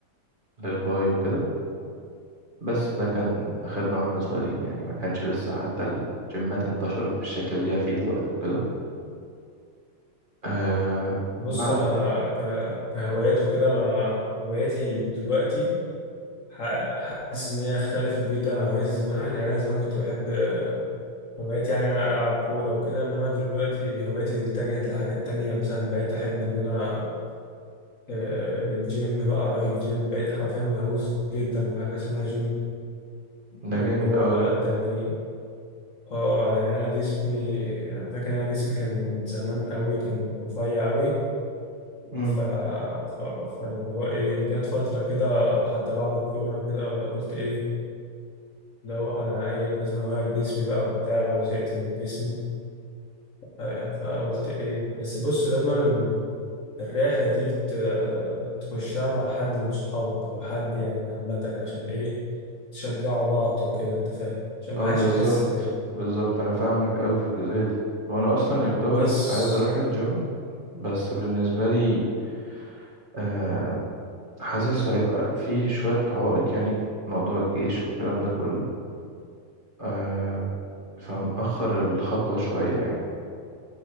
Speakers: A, on the right; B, on the left.
A: للباي وكده بس ده كان آخرنا واحنا صغيرين يعني ما كانش لسه حتى الجيمات انتشرت بالشكل اللي هي فيه دلوقتي وكده آه
B: بص
A: بعد
B: انا ك- كهوايات وكده انا هواياتي دلوقتي ح- حاسس ان هي اختلفت جدا عن هواياتي زمان يعني انا زمان كنت بحب هوايتي يعني أنا ألعب كورة وكده إنما دلوقتي هوايتي اتجهت لحاجات تانية مثلا بقيت أحب إن أنا آه، الجيم بقى أروح الجيم بقيت حرفيا مهووس جدا بحاجة اسمها جيم
A: ده
B: واللي
A: جامد
B: هو
A: أوي
B: بقى
A: ده
B: التمارين اه أنا يعني أنا جسمي أنا فاكر إن أنا جسمي كان زمان أوي كان رفيع أوي
A: مم.
B: ف... ف... فأنا اللي هو إيه جت فترة كده حتى بعد الكورونا وكده قلت إيه اللي هو أنا أي لازم أغير جسمي بقى وبتاع وزهقت من جسمي آه، فقلت ايه بس بص لازم الرحلة دي ت- تخشها مع حد من صحابك أو حد يعني عامة يعني عشان إيه تشجعوا بعض وكده أنت فاهم عشان ما
A: اه
B: حدش
A: بالظبط
B: يكسل يعني
A: بالظبط أنا فاهمك أوي في الجزئية دي هو أنا أصلا يعتبر
B: بس
A: عايز أروح الجيم بس بالنسبة لي آه حاسس هيبقى فيه شوية عوائق يعني في موضوع الجيش والكلام ده كله آه فمأخر الخطوة شوية يعني